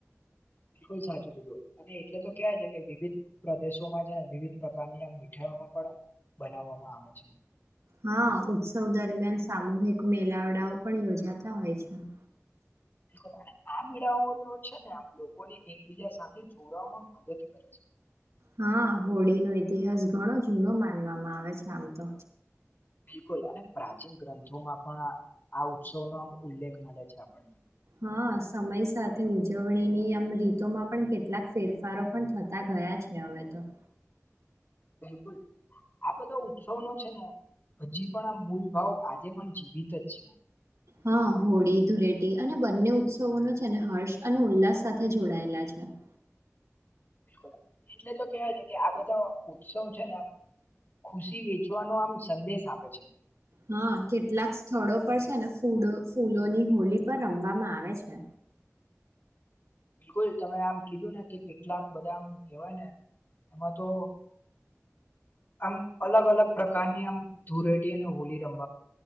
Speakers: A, on the left (about 40°); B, on the right (about 75°).
A: બિલકુલ સાચું કીધું અને એટલે તો ક્યાવા છે કે વિવિધ પ્રદેશોમાં છે ને વિવિધ પ્રકારની આ મીઠાઈઓ બનાવા માં આવે છે.
B: હા ઉત્સવ દરમિયાન સામૂહિક મેલાવડાઓ પણ યોજાતા હોય છે. <inaudible>
A: બિલકુલ અને આ મેળાઓ છે ને આમ લોકોને એકબીજા સાથે જોડવામાં મદદ કરે છે.
B: હા હોળીનો ઇતિહાસ ઘણો જૂનો માનવામાં આવે છે આમ તો
A: બિલકુલ અને પ્રાચીન ગ્રંથોમાં પણ આ ઉત્સવનો આમ ઉલ્લેખ મળે છે આપણને
B: હા સમય સાથે ઉજવણીની આમ રીતોમાં પણ કેટલાક ફેરફારો પણ થતા ગ ગયા છે હવે તો.
A: બિલકુલ. આ બધા ઉત્સવનો છે ને હજી પણ આ મૂલ ભાવ આજે પણ જીવિત જ છે
B: હા હોળી ધુરેટી અને બંને ઉત્સવો ન છે અને હર્ષ અને ઉલ્લાસ સાથે જોડાયેલા છે. અચ્છા <unintelligible>
A: બિલકુલ એટલે તો કેવાય છે કે આ બધા ઉત્સવ છે ને આમ ખુશી વેચવાનો આમ સંદેશ આપે છે.
B: હા કેટલાક સ્થળો પર છે ને ફૂ ફૂલોની હોળ પર રમવામાં આવે છે.
A: બિલકુલ તમે આમ કીધું ને કે કેટલાક બધા આમ કેવાય ને એમાં તો <unintelligible> આમ અલગ- અલગ પ્રકારની આમ ધુરેટી અને હોલી રમ